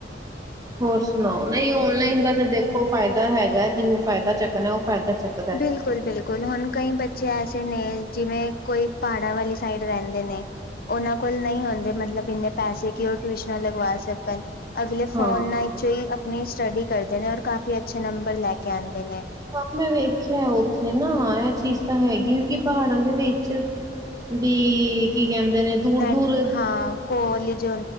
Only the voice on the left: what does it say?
ਹਮ। <inaudible>
ਬਿਲ। ਕੁਲ ਬਿਲਕੁਲ ਹੁਣ ਕਈ ਬੱਚੇ ਐਸੇ ਨੇ ਜਿਵੇਂ ਕੋਈ ਪਹਾੜਾਂ ਵਾਲੀ ਸਾਈਡ ਰਹਿੰਦੇ ਨੇ। ਔਹਨਾਂ ਕੋਲ ਨਹੀਂ ਹੁੰਦੇ ਮਤਲਬ ਇੰਨੇ ਪੈਸੇ ਕਿ ਉਹ ਟਿਊਸ਼ਨਾਂ ਲੱਗਵਾ ਸਕਣ। ਅਗਲੇ
ਫੋਨ ਨਾ ਚੋਂ ਹੀ। ਆਪਣੀ ਸਟੱਡੀ ਕਰਦੇ ਨੇ ਔਰ ਕਾਫ਼ੀ ਅੱਛੇ ਨੰਬਰ ਲੈ ਕੇ ਆਉਂਦੇ ਨੇ।
ਨੈਟ
ਹਾਂ ਕੋਲਜ